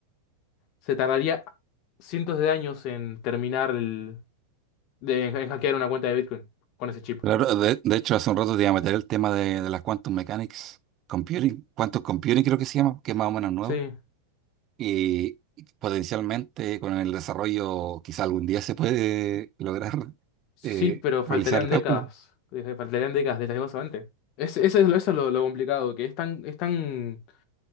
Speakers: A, on the left; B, on the right.
A: se tardaría cientos de años en terminar el, de, en hackear una cuenta de Bitcoin con ese chip.
B: Claro, de, de hecho, hace un rato te iba a meter el tema de, de las quantum mechanics, computing, quantum computing creo que se llama, que es más o menos nuevo
A: Sí,
B: Y potencialmente con el desarrollo quizá algún día se puede <laughs> lograr
A: sí,
B: eh,
A: pero faltarían
B: realizar el cálculo,
A: décadas. eh, Faltarían décadas, lastimosamente. Es, eso es, lo, eso es lo, lo complicado, que es tan, es tan,